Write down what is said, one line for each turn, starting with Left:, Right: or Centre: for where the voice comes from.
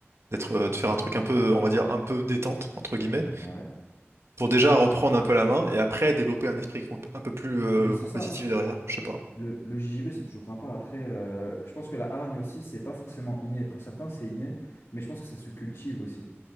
Right: d'être, euh, de faire un truc un peu, on va dire, un peu détente, entre guillemets,
Left: Ouais.
Right: pour déjà reprendre un peu la main et après développer un esprit comp- un peu plus euh,
Left: Mais c'est
Right: compétitif
Left: ça.
Right: derrière, je sais pas.
Left: Le, le JJB, c'est toujours sympa. Après, euh, je pense que la hargne aussi, c'est pas forcément inné. Pour certains, c'est inné, mais je pense que ça se cultive aussi.